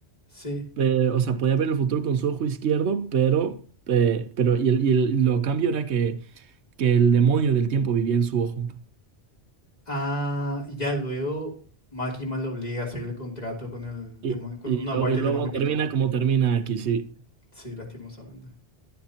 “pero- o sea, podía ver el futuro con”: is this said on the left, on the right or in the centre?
Right